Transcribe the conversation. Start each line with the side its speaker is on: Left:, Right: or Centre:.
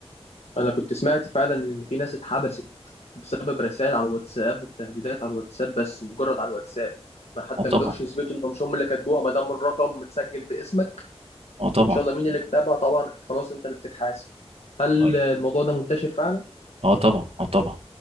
Left: انا كنت سمعت فعلا ان في ناس اتحبست بسبب رسائل على الواتساب والتهديدات على الواتساب بس مجرد على الواتساب ما حتى
Right: اه طبعا
Left: ما قدروش يثبتوا انهم مش هم اللي كاتبوها ما دام الرقم متسجل باسمك
Right: اه طبعا
Left: ان شاء الله مين اللي كتبها طبعا خلاص انت اللي بتتحاسب هل
Right: طيب
Left: الموضوع ده منتشر فعلا؟
Right: اه طبعا اه طبعا